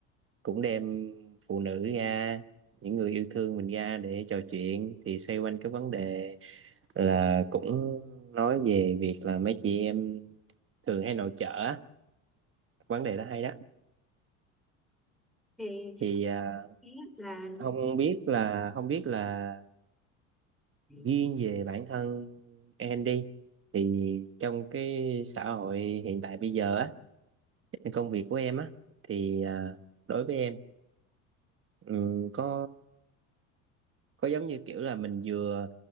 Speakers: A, on the right (about 35°); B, in the centre.
A: cũng đem phụ nữ ra những người yêu thương mình ra để trò chuyện thì xoay quanh cái vấn đề là cũng nói về việc là mấy chị em thường hay nội trợ á vấn đề đó hay đó
B: thì
A: thì à,
B: ý là
A: không biết là không biết là
B: hiện
A: riêng về bản thân em đi thì trong cái xã hội hiện tại bây giờ á cái công việc của em á thì à, đối với em ừm, có có giống như kiểu là mình vừa